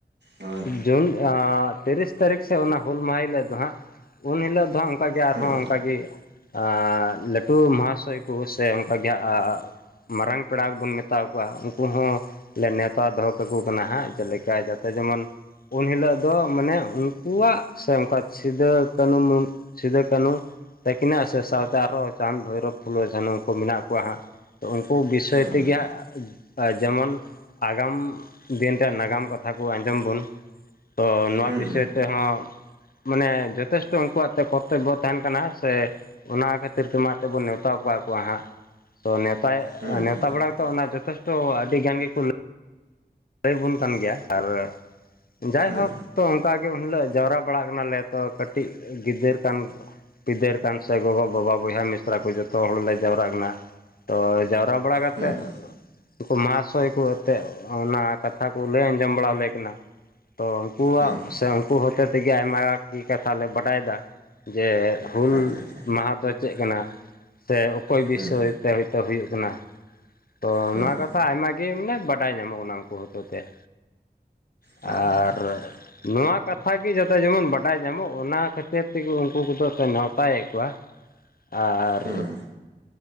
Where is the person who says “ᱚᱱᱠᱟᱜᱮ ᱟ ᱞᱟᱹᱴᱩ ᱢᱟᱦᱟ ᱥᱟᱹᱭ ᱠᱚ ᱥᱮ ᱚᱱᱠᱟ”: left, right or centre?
Left